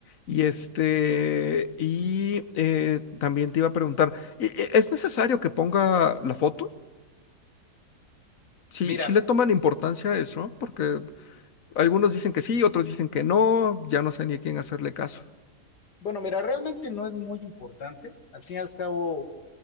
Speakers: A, on the left; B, on the left.
A: Y este, y eh, también te iba a preguntar, ¿y- y ¿es necesario que ponga la foto? Sí,
B: Mira,
A: sí le toman importancia a eso, porque algunos dicen que sí, otros dicen que no, ya no sé ni a quién hacerle caso.
B: bueno, mira, realmente no es muy importante. Al fin y al cabo,